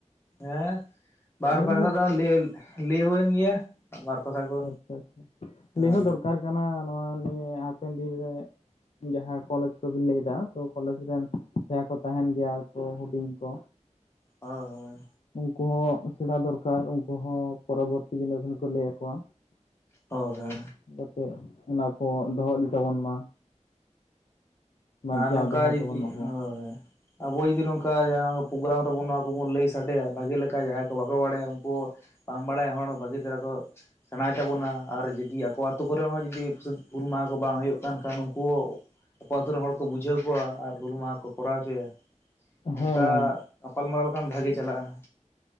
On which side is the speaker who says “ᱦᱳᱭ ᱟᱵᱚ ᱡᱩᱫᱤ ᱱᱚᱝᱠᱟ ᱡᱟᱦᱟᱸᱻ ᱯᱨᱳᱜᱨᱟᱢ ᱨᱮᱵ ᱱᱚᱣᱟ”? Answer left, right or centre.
Left